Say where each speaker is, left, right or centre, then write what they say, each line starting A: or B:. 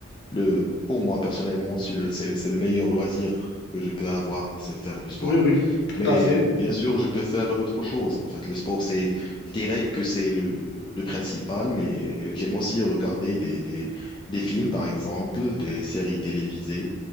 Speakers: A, on the left; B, on the left.
A: le, pour moi personnellement, c'est le, c'est, le c'est le meilleur loisir que je peux avoir, c'est faire du sport.
B: oui, oui, tout
A: Mais
B: à fait.
A: bien sûr, je peux faire d'autres choses. En fait, le sport, c'est, je dirais que c'est le, le principal, mais j'aime aussi regarder des, des, des films, par exemple, des séries télévisées